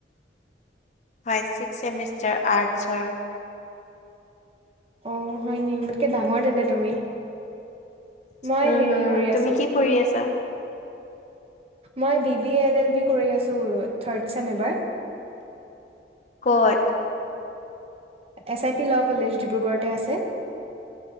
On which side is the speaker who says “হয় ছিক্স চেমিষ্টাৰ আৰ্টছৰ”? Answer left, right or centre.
Left